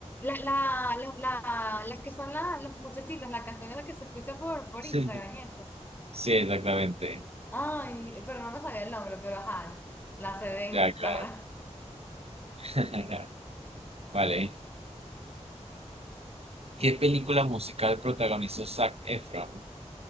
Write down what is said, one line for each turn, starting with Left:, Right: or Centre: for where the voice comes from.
Left: la, la, la, la- las que son la- las muchachitas, la canción es la que se escucha por, por
Right: Sí,
Left: Instagram y eso.
Right: Sí, exactamente.
Left: Ay, pero no me sabía el nombre, pero ajá, la sé de
Right: Ya,
Left: Instagram.
Right: claro. <laughs> Vale. ¿Qué película musical protagonizó Zac Efron?